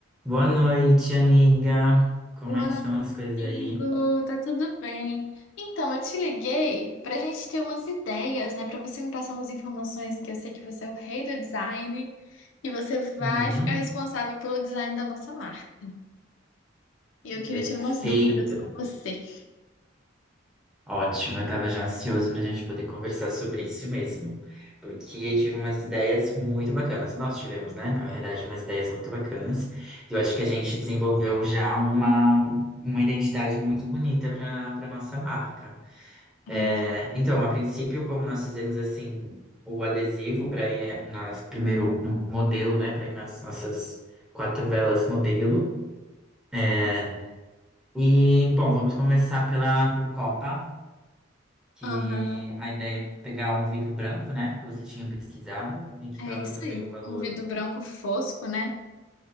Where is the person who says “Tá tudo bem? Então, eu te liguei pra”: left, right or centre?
Left